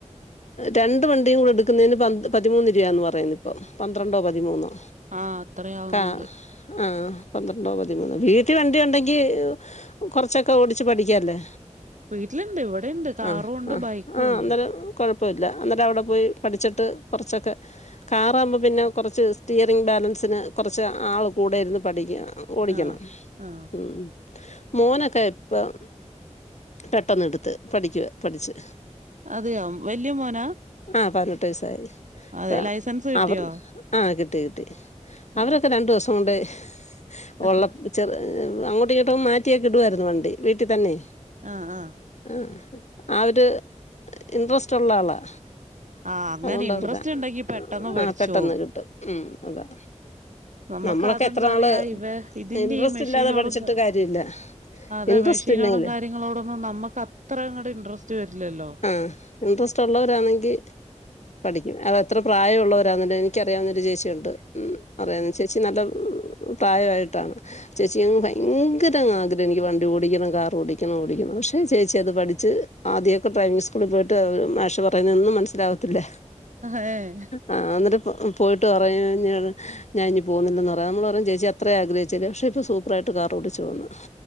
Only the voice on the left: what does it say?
രണ്ട് വണ്ടിം കൂടെട് ക്കുന്നേന് പത് പതിമൂന്ന് രൂപാന്ന് പറയ്ന്ന് ഇപ്പം പന്ത്രണ്ടോ പതിമൂന്നോ
കാ ആഹ് പന്ത്രണ്ടോ പതിമൂന്നോ വീട്ട് വണ്ടി ഉണ്ടെങ്കി കൊറച്ചൊക്കെ ഓടിച്ച് പഠിക്ക്യാല്ലേ
ആഹ്
ആഹ്
ആഹ്
അന്നേരം കൊഴപ്പല്ല അന്നേരം അവിടെ പോയി. പഠ്ച്ചിട്ട് കൊറ്ച്ചൊക്കെ കാറാകുമ്പോ പിന്നെ കൊറച്ച് സ്റ്റിയറിങ് ബാലൻസിന് കൊറച്ച് ആള് കൂടെയിര്ന്ന് പഠിക്കാം. ഓടിക്കണം
ഉം മോനൊക്കെ ഇപ്പം പെട്ടന്നെട്ത്ത് പഠിക്ക പഠിച്ച്.
ആഹ് പതിനെട്ട് വയസ്സായി
ആഹ്
അവർ ആഹ് കിട്ടി കിട്ടി. അവരൊക്കെ
രണ്ട് ദിവസം കൊണ്ട് <unintelligible>
ചെറ് അങ്ങോട്ടിങ്ങോട്ടും മാറ്റിയൊക്കെ ഇടുവായിരുന്നു വണ്ടി വീട്ടിത്തെന്നെ.
ആഹ് ആ ഒരര് ഇൻട്രസ്റ്റുള്ള ആളാ
അതുകൊണ്ട്
അവർക്ക്
ആ പെട്ടെന്ന് കിട്ടും ഉം അതാ
നമ്മളൊക്കെ
എത്ര നാള്
ഇൻട്രസ്റ്റ്
ഇല്ലാതെ പഠിച്ചിട്ട് കാര്യമില്ല
ഇൻട്രസ്റ്റ്
ഇല്ലെങ്കിൽ
ആഹ് ഇൻട്രസ്റ്റുള്ളവരാണെങ്കി പഠിക്കും അതെത്ര പ്രായം ഉള്ളവരാന്ന്ണ്ടെങ്കി എനിക്കറിയാവ്ന്നൊരു ചേച്ചിയുണ്ട് അറിയാവുന്ന ചേച്ചി നല്ല പ്രായ ആയിട്ടാണ് ചേച്ചിക്കങ് ഭയങ്കരങ് ആഗ്രഹം എനിക്ക് വണ്ടി ഓടിക്കണം കാറ് ഓടിക്കണം ഓടിക്കണം പക്ഷെ ചേച്ചി അത് പഠിച്ച് ആദ്യൊക്കെ ഡ്രൈവിംഗ് സ്കൂളി പോയിട്ട് മാഷ് പറയുന്നതൊന്നും മനസ്സിലാവ ത്തില്ല
ആഹ് ഇന്നെട്ട് പോയിട്ട് പറയും ഞാ ഞാഇഞ്ഞ് പോവുന്നില്ലെന്ന് പറ നമ്മൾ പറയും ചേച്ചി അത്ര ആഗ്രഹിച്ചല്ലേ പക്ഷേ ഇപ്പോ സൂ പ്പറായിട്ട് കാറോടിച്ചു പോന്ന്.